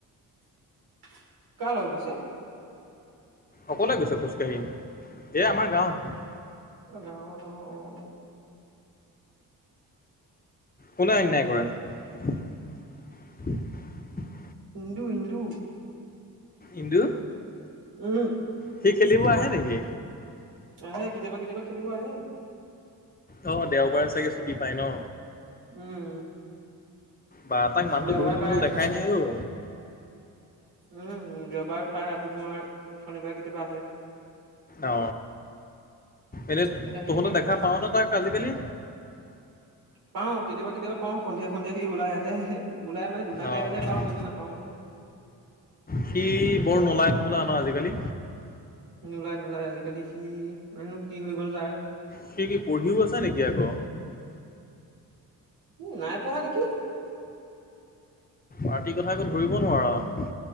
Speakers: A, on the right; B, on the left.
A: <inaudible> কাৰ লগত গৈছে?
B: অকলে গৈছে খোজকাঢ়ি। এ আমাৰ গাঁৱত
A: অ', গাঁৱত অ, অ, অ'।
B: কোনে অন্যায় কৰে? <unintelligible>
A: ইন্দু ইন্দু
B: ইন্দু
A: উম।
B: সি খেলিব আহে নেকি?
A: আহে কেতিয়াবা কেতিয়াবা খেলিব আহে।
B: অ, দেওবাৰে চাগে ছুটি পাই ন।
A: উম
B: বা তাক মানুহটো
A: যোৱাবাৰ
B: বহুত দিন
A: তাই
B: হ'ল দেখাই নাই অ'।
A: উম দেওবাৰে পায়, আকৌ তোমাৰ শনিবাৰে কেতিয়াবা আহে।
B: অ, এনেই
A: তেনেকে আহি
B: তহঁতে
A: থাকে আৰু
B: দেখা পাৱ নে তাক আজিকালি?
A: পাওঁ, কেতিয়াবা কেতিয়াবা পাওঁ সন্ধিয়া সন্ধিয়া সি ওলাই আহে, ওলাই মানে দোকানলৈ
B: অঁ
A: আহিলে পাওঁ এনে নাপাও।
B: সি বৰ নোলাই হ'বলা ন আজিকালি।
A: নোলাই নোলাই। আজিকালি সি জানো কি হৈ গ'ল তাৰ।
B: সি কি পঢ়িও আছে নেকি আকৌ?
A: উ নাই পঢ়া নেকি।
B: পাৰ্টি কথা একো ধৰিব নোৱাৰ।